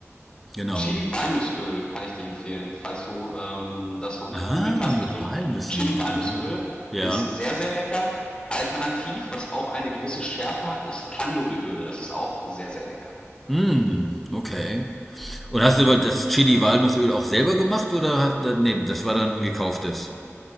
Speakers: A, in the centre; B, on the left (about 20°).
A: Genau.
B: Chili-Walnussöl kann ich dir empfehlen, falls du ähm, das noch nicht
A: Ah,
B: probiert hast.
A: mit
B: Also
A: Walnüssen.
B: Chili-Walnussöl
A: Mhm. Ja.
B: ist sehr, sehr lecker. Alternativ, was auch eine gewisse Schärfe hat, ist Tandoori-Öl. Das ist auch sehr, sehr lecker.
A: Mm, okay. Und hast du aber das Chili-Walnussöl auch selber gemacht oder hast, nee, das war dann gekauftes?